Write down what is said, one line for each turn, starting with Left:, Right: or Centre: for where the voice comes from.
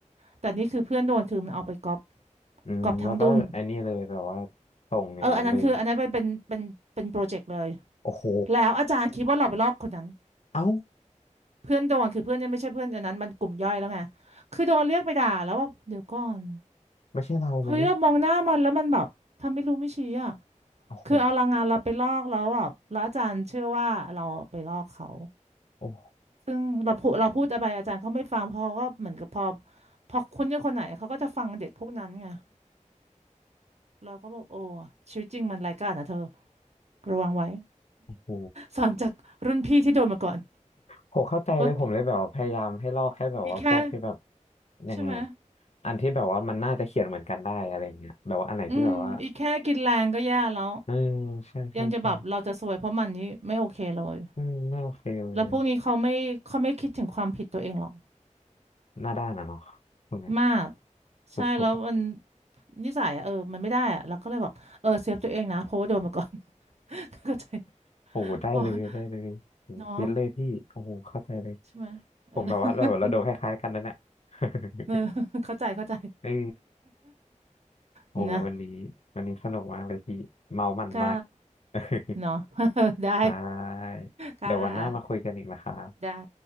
Right: แต่นี่คือเพื่อนโดนคือมันเอาไปก๊อป
Left: อืมแล้วก็อันนี้เลยแบบว่า
Right: ก๊อปทั้งดุน
Left: ส่งอย่างนั้นเลย
Right: เอออันนั้นคืออันนั้นเป็นเป็นเป็นเป็นโปรเจกต์เลย
Left: โอ้โห
Right: แล้วอาจารย์คิดว่าเราไปลอกคนนั้น
Left: เอ้า
Right: เพื่อนโดนคือเพื่อนเนี่ยไม่ใช่เพื่อนอันนั้นมันกลุ่มย่อยแล้วไงคือโดนเรียกไปด่าแล้วว่าเดี๋ยวก่อน
Left: ไม่ใช่เราไหม
Right: เฮ้ยเรามองหน้ามันแล้วมันแบบทำไม่รู้ไม่ชี้อ่ะ
Left: โอ้โห
Right: คือเอาแรงงานเราไปลอกแล้วอ่ะแล้วอาจารย์เชื่อว่าเราไปลอกเขา
Left: โอ้โห
Right: ซึ่งเราพูดเราพูดอะไรอาจารย์เขาไม่ฟังเพอก็เหมือนกับพอพอคุ้นกับคนไหนเขาก็จะฟังเด็กพวกนั้นไงเราก็บอกโอ้ชีวิตจริงมันไร้ายกาจนะเธอระวังไว้
Left: โอ้โห
Right: สอนจากรุ่นพี่ที่โดนมาก่อน
Left: ผมเข้าใจเลยผมเลยแบบว่าพยายามให้ลอกแค่แบบว่าพวกที่แบบ
Right: ว่าอีแค่
Left: ยังไงอะ
Right: ใช่ไหม
Left: อันที่แบบว่ามันน่าจะเขียนเหมือนกันได้อะไรเงี้ยแบบว่าอันไหนที่แบบว่า
Right: อืมอีแค่กินแรงก็แย่แล้ว
Left: เออใช่ใช่ใช่
Right: ยังจะแบบเราจะซวยเพราะมันนี่ไม่โอเคเลย
Left: อืมไม่โอเคเลย
Right: แล้วพวกนี้เขาไม่เขาไม่คิดถึงความผิดตัวเองหรอก
Left: หน้าด้านอะเนาะตรงเนี้ย
Right: มากใช่แล้วมัน
Left: สุดๆอะ
Right: นิสัยอะเออมันไม่ได้อะเราก็เลยแบบเออเซฟตัวเองนะเพราะว่าโดนมาก่อน <laughs> เข้าใจ
Left: <laughs> โอ้โหได้เลยได้เลยโอ้โหเก็ตเลยพี่โอ้โหเข้าใจเลย
Right: เพอเนาะใช่ไหมเออ
Left: ผมแบบว่าเราเราโดนคล้ายๆกันนะเนี่ย
Right: <laughs>
Left: <laughs>
Right: เออเข้าใจเข้าใจ
Left: เออ โอ้วันนี้วันนี้สนุกมากเลยพี่เมามันมาก
Right: <laughs> นะก็
Left: <laughs>
Right: เนาะ <laughs> ได้
Left: ได้เดี๋ยววันหน้ามาคุยกันอีกนะครับ
Right: ค่ะได้